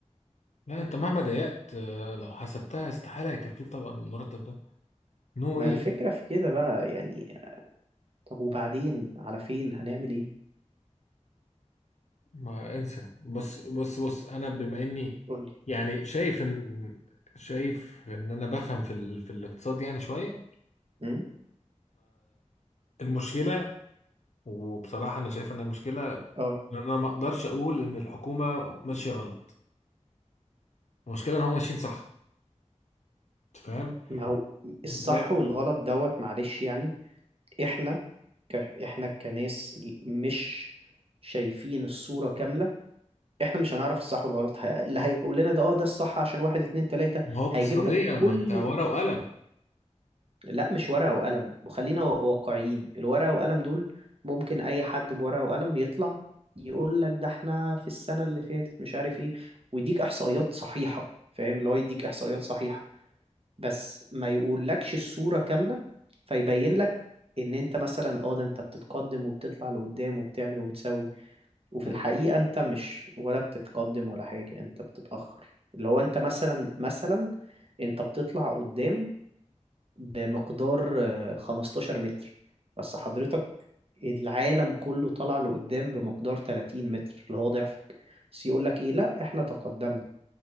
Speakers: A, on the left; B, on the right.
A: لا انت مهما ضيقت آه، لو حسبتها استحالة يكفيك طبعا المرتب ده نو
B: ما
A: واي
B: الفكرة
A: يعني
B: في كده بقى يعني طب وبعدين على فين هنعمل ايه
A: ما انسى بص بص بص انا بما اني
B: قول
A: يعني شايف ان شايف ان انا بفهم في ال... في الاقتصاد يعني شوية
B: امم
A: فالمشكلة وبصراحة انا شايف ان المشكلة
B: اه
A: ان انا ما اقدرش اقول ان الحكومة ماشية غلط المشكلة ان هم ماشيين صح انت فاهم
B: ما هو الصح
A: ب...
B: والغلط دوت معلش يعني احنا ك... احنا كناس مش شايفين الصورة كاملة احنا مش هنعرف الصح والغلط ه... اللي هيقول لنا ده اه ده الصح عشان واحد اتنين تلاتة
A: ما هو اقتصاديا
B: هيجيب لك كل
A: ما انت ورقة وقلم
B: لا مش ورقة وقلم وخلينا و- واقعيين الورقة وقلم دول ممكن اي حد بورقة وقلم يطلع يقول لك ده احنا في السنة اللي فاتت مش عارف ايه ويديك احصائيات صحيحة فاهم اللي هو يديك احصائيات صحيحة بس ما يقولكش الصورة كاملة فيبين لك ان انت مثلا اه ده انت بتتقدم وبتطلع لقدام وبتعمل وبتسوي وفي
A: مم.
B: الحقيقة انت مش ولا بتتقدم ولا حاجة انت بتتأخر اللي هو انت مثلا مثلا انت بتطلع قدام بمقدار آه، 15 متر بس حضرتك العالم كله طلع لقدام بمقدار 30 متر اللي هو ضعفك بس يقولك ايه لا احنا تقدمنا